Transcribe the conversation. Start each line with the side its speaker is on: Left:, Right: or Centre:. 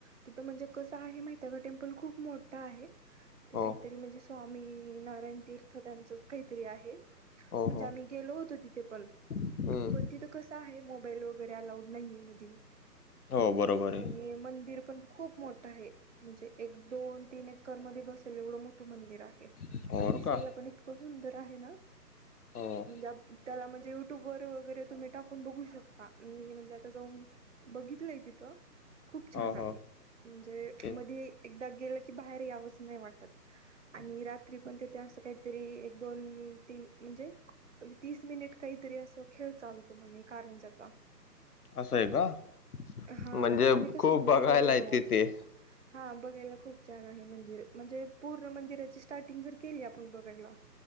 Right: तिथ म्हणजे कसं आहे माहिती ते पण टेम्पल खूप मोठा आहे. ते
Left: हो
Right: काहीतरी म्हणजे स्वामी नारायण तीर्थ त्यांचच काहीतरी आहे. म्हणजे
Left: हो हो
Right: आम्ही गेलो होतो. तिथे पण
Left: हम्म.
Right: पण तिथं कस आहे मोबाईल वग वगैरे अलाउड नाही मधी
Left: हो बरोबर
Right: आणि मंदिर पण खूप मोठं आहे म्हणजे एक दोन तीन एकर मध्ये बसेल एवढं मो मोठ मंदिर आहे
Left: आहे
Right: आणि
Left: और
Right: दिसायला
Left: का
Right: पण इतकं सुंदर आहे ना.
Left: हो
Right: म्हणजे त्याला म्हणजे युट्यूब वर वगैरे तुम्ही टाकून बघू शकता. मी म्हणजे आता जाऊन बघितलंय तिथं खूप छान
Left: हो
Right: आहे
Left: हो
Right: म्हणजे
Left: ते
Right: मधी एकदा गेलं की बाहेर यावंचं नाही वाटत
Left: हम्म.
Right: आणि रात्री पण तिथ ते असं काहीतरी एक दोन तीन म्हणजे तीस मिनिट काहीतरी अस खेळ चालतो. म्हणे कांरणजचा
Left: असं आहे का
Right: हा
Left: म्हणजे
Right: पण आम्ही कसं
Left: खूप
Right: दुपारी
Left: बघायला
Right: गेलेलो.
Left: येते ते
Right: हा बघायला खूप छान आहे मंदिर म्हणजे पूर्ण मंदिराची स्टार्टिंग जर केली आपण बघायला,